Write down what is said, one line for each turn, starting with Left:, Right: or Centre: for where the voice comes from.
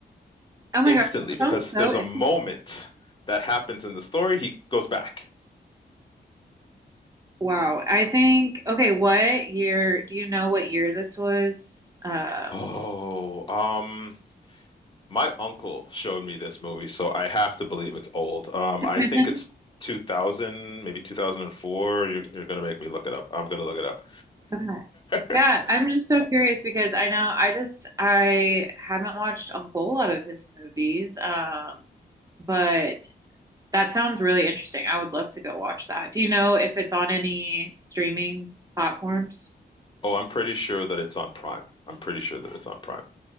Right: Oh my
Left: instantly
Right: God. That
Left: because
Right: sounds so
Left: there's
Right: interesting.
Left: a moment that happens in the story. He goes back.
Right: Wow. I think, okay, what year? Do you know what year this was? Um,
Left: Oh, um, My uncle showed me this movie, so I have to believe it's old. Um,
Right: <laughs>
Left: I think it's 2000, maybe 2004. You're, you're gonna make me look it up. I'm gonna look it up.
Right: okay. Yeah,
Left: <laughs>
Right: I'm just so curious because I know I just I haven't watched a whole lot of his movies. Um, but That sounds really interesting. I would love to go watch that. Do you know if it's on any streaming platforms?
Left: Oh, I'm pretty sure that it's on Prime. I'm pretty sure that it's on Prime.